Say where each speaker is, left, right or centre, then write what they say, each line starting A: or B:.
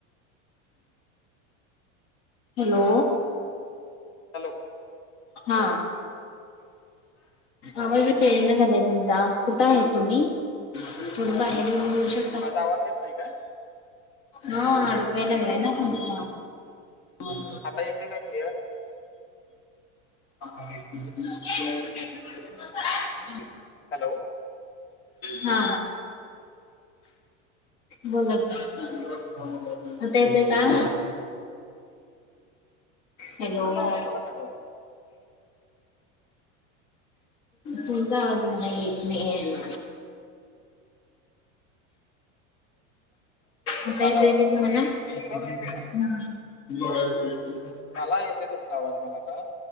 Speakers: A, on the left; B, on the left.
A: हॅलो!
B: हॅलो!
A: हा! आवाज इथं एन झालाय तुमचा,, कुठं हाय तुम्ही? थोडं बाहेर येऊन बोलू शकता?
B: माझा आवाज येत नाही काय?
A: हां आडकाय
B: एकच मिनिट
A: लागलाय
B: एकच
A: ना
B: मिनिट
A: तुमचा. हाच
B: आता येतोय काय क्लिअर
A: ह! <unintelligible>
B: हॅलो!
A: हा! बोला, आता येतोय का हॅलो
B: त्यांचा आवाज मला कट वाला
A: तुमचा आवाज मला येत नाहीये.
B: <inaudible>
A: आता येतोय काय
B: येत
A: तुम्हानां?
B: नाही ठीक आहे एक दोनच मिनिटं थांबा मला येते तुमचा आवाज मला आता,,